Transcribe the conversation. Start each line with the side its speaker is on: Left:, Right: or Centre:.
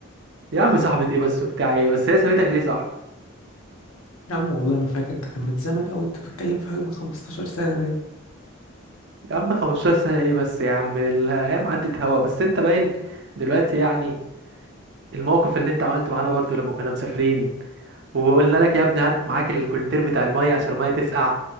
Right: يا عم صاحبة ايه بس وبتاع ايه بس هي سابتك ليه صح
Left: يا عم والله ما فاكر ده كان من زمن قوي انت بتتكلم في حاجة من 15 سنة باين
Right: يا عم 15 سنة ايه بس يا عم الايام عدت هوا بس انت باين دلوقتي يعني الموقف اللي انت عملته معانا برضو لما كنا مسافرين وقلنا لك يا ابني هات معاك الكولدير بتاع المية عشان المية تسقع